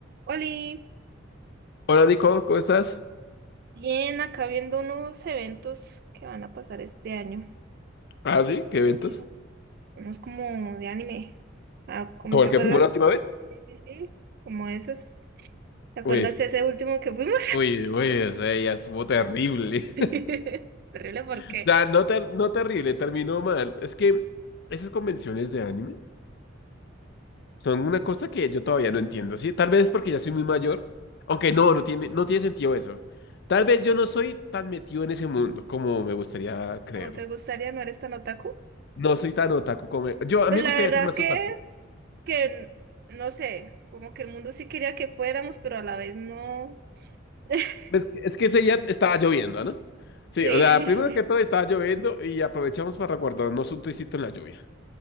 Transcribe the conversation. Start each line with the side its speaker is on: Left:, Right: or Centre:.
Right: Oli,
Left: Hola Nico, ¿cómo estás?
Right: bien, acá viendo unos eventos que van a pasar este año.
Left: Ah, sí, qué eventos.
Right: Sí, unos como de anime. Ah, ¿cómo
Left: ¿Como
Right: te
Left: el
Right: acuerdas?
Left: que fuimos la última vez?
Right: Sí, sí, sí. Como esos. ¿Te acuerdas
Left: Uy,
Right: ese último que fuimos?
Left: uy, uy, ese ya estuvo terrible.
Right: <laughs>
Left: <laughs>
Right: Terrible porque,
Left: O sea, no, ter- no terrible, terminó mal. Es que esas convenciones de anime son una cosa que yo todavía no entiendo, ¿sí? Tal vez es porque ya soy muy mayor, aunque no, no tiene, no tiene sentido eso. Tal vez yo no soy tan metido en ese mundo como me gustaría creerlo.
Right: ¿cómo te gustaría no eres tan otaku?
Left: No soy tan otaku como... Yo, a
Right: Pues
Left: mí me
Right: la
Left: gustaría
Right: verdad
Left: ser más
Right: es que,
Left: otaku.
Right: que no sé, como que el mundo sí quería que fuéramos, pero a la vez no. <laughs>
Left: Es que, es que ese día estaba lloviendo, ¿no? Sí,
Right: Sí.
Left: o sea, primero que todo estaba lloviendo y aprovechamos para guardarnos un tricito en la lluvia.